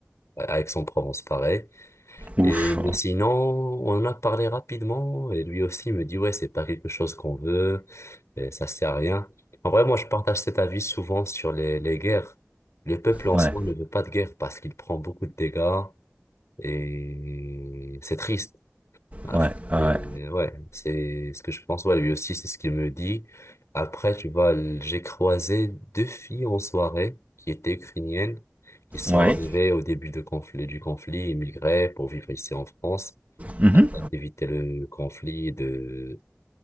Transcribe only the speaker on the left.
à Aix-en-Provence, pareil.
Et mais sinon, on en a parlé rapidement, et lui aussi me dit ouais, c'est pas quelque chose qu'on veut, et ça sert à rien. En vrai, moi, je partage cet avis souvent sur les, les guerres. Le peuple en
soi ne veut pas de guerre parce qu'il prend beaucoup de dégâts et c'est triste. Ah,
c'est- ouais, c'est ce que je pense. Ouais, lui aussi, c'est ce qu'il me dit. Après, tu vois, l- j'ai croisé deux filles en soirée qui étaient ukrainiennes, qui sont
arrivées au début de conflit, du conflit, immigrées pour vivre ici en France,
afin d'éviter le conflit, de,